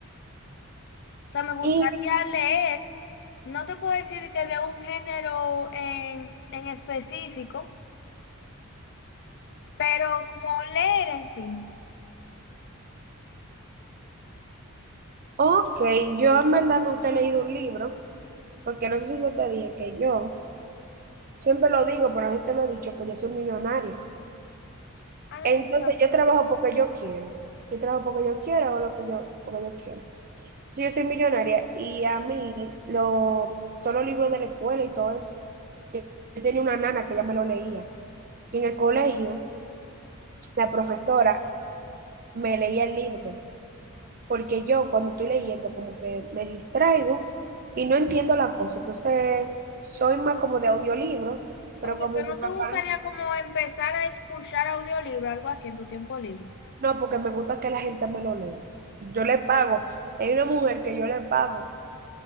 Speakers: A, on the left (about 50°); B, on the right (about 40°).
A: O sea, me gustaría
B: Y,
A: leer. No te puedo decir que de un género en, en específico, pero como leer en sí.
B: ok, yo en verdad nunca he leído un libro, porque no sé si yo te dije que yo, siempre lo digo, pero no sé si te lo he dicho, que yo soy millonaria.
A: Ah, no,
B: Entonces
A: yo no sabía.
B: yo trabajo porque yo quiero. Yo trabajo porque yo quiero, hago lo que yo, porque yo quiero. Si yo soy millonaria y a mí lo, todos los libros de la escuela y todo eso, yo yo tenía una nana que ya me lo leía. Y en el colegio, la profesora me leía el libro, porque yo cuando estoy leyendo como que me distraigo y no entiendo la cosa. Entonces soy más como de audiolibro, pero
A: Ok,
B: como
A: pero
B: mi papá...
A: no te gustaría como empezar a escuchar audiolibro, algo así en tu tiempo libre.
B: No, porque me gusta que la gente me lo lea. Yo le pago. Hay una mujer que yo le pago